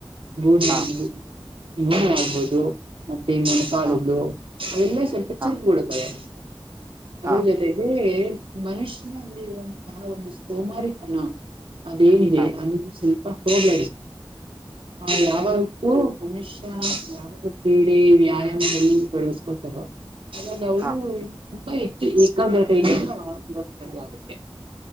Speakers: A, on the right; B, on the right.
A: ಬೂಡ್
B: ಹಾ
A: <unintelligible> ಮೂಳೆ ಆಗ್ಬೋುದು ಮತ್ತೆ ಮೊನಕಾಲದ್ದು
B: ಹಾ
A: ಅವೆಲ್ಲ ಸ್ವಲ್ಪ
B: ಹಾ
A: ಚುರುಕ್
B: ಹಾ
A: ಗೋಳ್ಳುತ್ತವೆ ಅದ್ರ
B: ಹಾ
A: ಜೊತೆಗೆ ಮನುಷ್ಯನಲ್ಲಿ ಇರುವಂತಹ ಒಂದು ಸೋಮಾರಿತನ ಅದೇನಿದೆ
B: ಹಾ
A: ಅನ್ನ ಸ್ವಲ್ಪ ಹೋಗ್ಲೆ ಆ ಯಾವತ್ತೂ <inaudible> ಮನುಷ್ಯ ಯಾವುದ ಕ್ರೀಡೆ ವ್ಯಾಯಾಮದಲ್ಲಿ ತೋಡಗಿಸ್ಕೊತಾರೋ ಹಾಗಾಗಿ ಅವ್ಳು
B: ಹಾ
A: ತುಂಬಾ ಹೆಚ್ಚು ಏಕಾಗ್ರತೆೆಯ ಆಗುತ್ತೆ